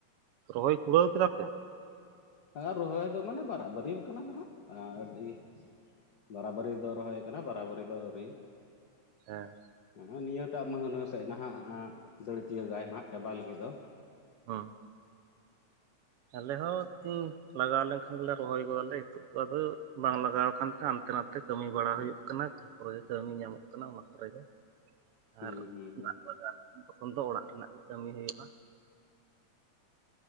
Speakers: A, on the right; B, on the left.
A: ᱨᱚᱦᱚᱭ ᱠᱩᱲᱟᱹᱣ ᱠᱮᱫᱟ ᱯᱮ?
B: ᱦᱮᱸ ᱨᱚᱦᱚᱭ ᱫᱚ ᱢᱟᱱᱮ ᱵᱟᱨᱟ ᱵᱟᱹᱨᱤᱭᱟ ᱟᱠᱟᱱᱟ ᱱᱟᱦᱟᱜ ᱟᱹᱰᱤ ᱵᱟᱨᱟ-ᱵᱟᱹᱨᱤ ᱫᱚ ᱨᱚᱦᱚᱭ ᱠᱟᱱᱟ ᱵᱟᱨᱟ-ᱵᱟᱹᱨᱤ ᱫᱚ ᱟᱹᱣᱨᱤ᱾
A: ᱦᱮᱸ
B: ᱦᱮ ᱱᱤᱭᱟᱹᱴᱟᱜ ᱢᱟᱹᱦᱱᱟᱹ ᱥᱮᱫ ᱱᱟᱦᱟᱜ ᱫᱟᱹᱲᱛᱤᱭᱟᱹ ᱜᱟᱭ ᱦᱟᱸᱜ ᱪᱟᱵᱟ ᱞᱟᱹᱜᱤᱫ ᱫᱚ᱾
A: ᱦᱚᱸ ᱟᱞᱮ ᱦᱚᱸ ᱩᱸ ᱞᱟᱜᱟᱣ ᱞᱮᱱᱠᱷᱟᱱ ᱜᱮᱞᱮ ᱨᱚᱦᱚᱭ ᱜᱚᱫᱟᱞᱮ ᱱᱤᱛᱚᱜ ᱫᱚ ᱟᱫᱚ ᱵᱟᱝ ᱞᱟᱜᱟᱣ ᱠᱟᱱ ᱠᱷᱟᱱ ᱦᱟᱱᱛᱮ ᱱᱟᱛᱮ ᱠᱟᱹᱢᱤ ᱵᱟᱲᱟ ᱦᱩᱭᱩᱜ ᱠᱟᱱᱟ ᱚᱠᱟ ᱠᱚᱨᱮᱜᱮ ᱠᱟᱹᱢᱤ ᱧᱟᱢᱚᱜ ᱠᱟᱱᱟ᱾ ᱚᱱᱟ ᱠᱚᱨᱮ ᱜᱮ
B: ᱦᱩᱸ
A: ᱟᱨ
B: ᱦᱩᱸ ᱦᱩᱸ
A: ᱫᱟᱜ ᱞᱟᱜᱟᱣ ᱞᱮᱠᱷᱟᱱ ᱛᱚᱠᱷᱚᱱ ᱫᱚ ᱚᱲᱟᱜ ᱨᱮᱱᱟᱜ ᱜᱮ ᱠᱟᱹᱢᱤ ᱦᱩᱭᱩᱜᱼᱟ᱾